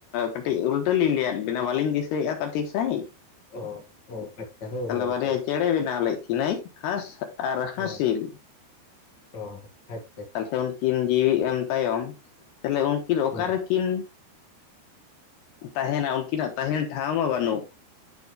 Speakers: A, on the left; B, on the left.
A: ᱠᱟᱹᱴᱤᱡ ᱩᱞᱴᱟᱹ ᱞᱤᱧ ᱞᱮᱹᱭᱟᱫ ᱵᱮᱤᱱᱟ ᱵᱟᱞᱤᱧ ᱫᱤᱥᱟᱹᱭᱮᱫᱼᱟ ᱛᱚ ᱴᱷᱤᱠ ᱥᱟᱺᱦᱤᱡ
B: ᱚ ᱚ ᱟᱪᱪᱷᱟ ᱦᱳᱭ
A: ᱛᱟᱦᱚᱞᱮ
B: ᱦᱳᱭ
A: ᱵᱟᱨᱭᱟ
B: ᱦᱳᱭ
A: ᱪᱮᱬᱮ ᱵᱮᱱᱟᱣ ᱞᱮᱫ ᱠᱤᱱᱟᱹᱭ ᱦᱟᱸᱥ ᱟᱨ ᱦᱟᱸᱥᱤᱞ
B: ᱦᱮᱸ ᱚ ᱟᱪ
A: ᱛᱟᱦᱚᱞᱮ ᱩᱱᱠᱤᱱ ᱡᱤᱣᱤ ᱮᱢ ᱛᱟᱭᱚᱢ ᱛᱟᱦᱚᱞᱮ ᱩᱱᱠᱤᱱ
B: ᱚ
A: ᱚᱠᱟᱨᱮ ᱠᱤᱱ ᱛᱟᱦᱮᱱᱟ ᱩᱱᱠᱤᱱᱟᱜ ᱛᱟᱦᱮᱱ ᱴᱷᱟᱶ ᱢᱟ ᱵᱟᱹᱱᱩᱜ